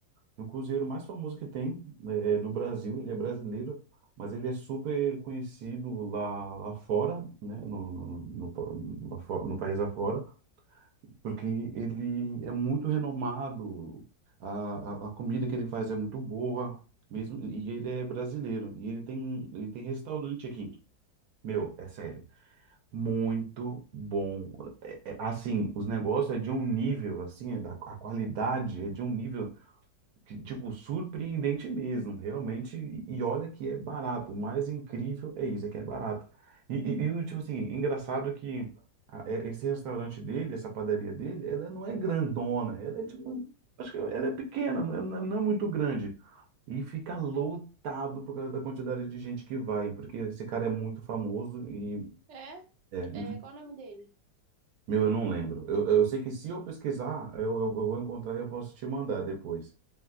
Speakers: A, on the right; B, on the right.
A: O cruzeiro mais famoso que tem né, é, do Brasil, ele é brasileiro, mas ele é super conhecido lá, lá fora, né, no, no, no, pa- lá fora- no país afora, porque ele é muito renomado, a, a, a comida que ele faz é muito boa, mesmo, e ele é brasileiro, e ele tem, ele tem restaurante aqui. Meu, é sério, muito bom. É- é, assim, os negócios é de um nível, assim, é da, a qualidade é de um nível que, Tipo, surpreendente mesmo, realmente. E e olha que é barato. O mais incrível é isso, é que é barato. E, e, e o tipo assim, engraçado que a- é- esse restaurante dele, essa padaria dele, ela não é grandona, ela é tipo, acho que ela é pequena, não é, não é não é muito grande. E fica lotado por causa da quantidade de gente que vai, porque esse cara é muito famoso e,
B: É,
A: é, e-
B: é, qual o nome dele?
A: meu, eu não lembro. Eu, eu sei que se eu pesquisar, eu, eu, eu vou encontrar e eu posso te mandar depois.